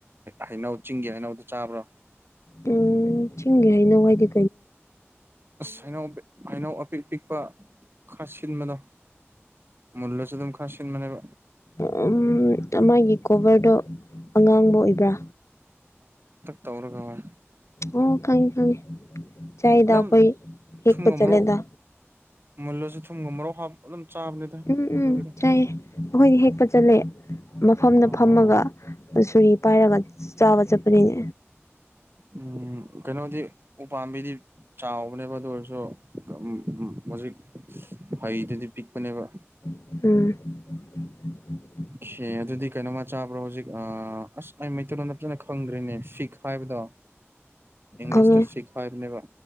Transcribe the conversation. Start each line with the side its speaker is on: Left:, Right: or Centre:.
Right: ꯍꯩꯅꯧ ꯆꯤꯡꯒꯤ ꯍꯩꯅꯧꯗ ꯆꯥꯕ꯭ꯔꯣ
Left: ꯎꯝ ꯆꯤꯡꯒꯦ ꯍꯥꯏꯅꯉꯏꯗꯤ
Right: ꯍꯩꯅꯧ ꯍꯅꯧ ꯑꯄꯤ ꯄꯤ ꯄ ꯈꯥꯁꯤꯟꯕꯗꯣ ꯃꯨꯜꯂꯁꯨ ꯑꯗꯨꯝ ꯈꯥꯁꯤꯟꯕꯅꯦꯕ
Left: ꯎ ꯎꯝ ꯃꯥ ꯃꯥꯒꯤ ꯀꯣꯕꯤꯗ ꯑꯉꯥꯡꯕ ꯑꯣꯏꯕ꯭ꯔꯥ
Right: ꯇꯧꯔꯒꯕ
Left: ꯑꯣ ꯈꯪꯉꯦ ꯈꯪꯉꯦ ꯆꯗ
Right: ꯑꯗꯨꯝ
Left: ꯀꯣꯏ
Right: ꯊꯨꯝꯒ
Left: ꯍ ꯆꯂꯗ
Right: ꯃꯣꯔꯣꯛ ꯃꯨꯜꯂꯁꯨ ꯊꯨꯝꯒ ꯃꯣꯔꯣꯛ ꯍꯥꯞ ꯑꯗꯨꯝ ꯆꯥꯕꯅꯤꯗ
Left: ꯎꯝ
Right: ꯃꯗꯨꯒꯤꯗꯣ
Left: ꯎꯝ ꯆꯥꯏꯑ ꯑꯩꯈꯣꯏꯗꯤ ꯍꯦꯛꯄ ꯆꯠꯂꯦ ꯃꯐꯝꯗ
Right: ꯑꯥ
Left: ꯐꯝꯃꯒ ꯁꯣꯔꯤ ꯄꯥꯏꯔꯒ ꯆꯥꯕ ꯆꯠꯄꯅꯤꯅꯦ
Right: ꯎꯝ ꯀꯩꯅꯣꯗꯤ ꯎꯄꯥꯝꯕꯤꯗꯤ ꯆꯥꯎꯕꯅꯦꯕ ꯑꯗꯨ ꯑꯣꯏꯔꯁꯨ ꯎ ꯎꯝ ꯍꯧꯖꯤꯛ ꯍꯩꯗꯨꯗꯤ ꯄꯤꯛꯄꯅꯦꯕ
Left: ꯎꯝ
Right: ꯁꯦ ꯑꯗꯨꯗꯤ ꯀꯩꯅꯣꯝꯃ ꯆꯥꯕ꯭ꯔꯣ ꯍꯧꯖꯤꯛ ꯑ ꯑꯁ ꯑꯩ ꯃꯩꯇꯩꯂꯣꯟꯣ ꯅꯞꯖꯅ ꯈꯪꯗ꯭ꯔꯤꯅꯦ ꯐꯤꯛ ꯍꯥꯏꯕꯗꯣ ꯏꯪꯂꯤꯁ
Left: ꯈꯪꯉꯦ
Right: ꯇ ꯁꯤꯤꯀꯋꯥꯅꯦꯕ